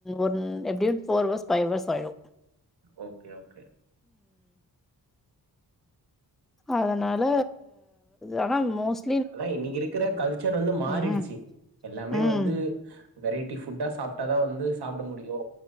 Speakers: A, in the centre; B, on the right (about 80°).
A: ஒன் எப்படியூ ஃபோர் ஹவர்ஸ் ஃபைவ் ஹவர்ஸ் ஆயிடு
B: ஓகே ஓகே
A: அதனால ஆனா மோஸ்
B: அதா இன்னிக்கு இருக்கிற கல்ச்சர் வந்து மாறிடுச்சு
A: ம்
B: எல்லாமே
A: ம்
B: வந்து வெரைட்டி ஃபுட்டா சாப்ட்டாதா வந்து சாப்ட முடியு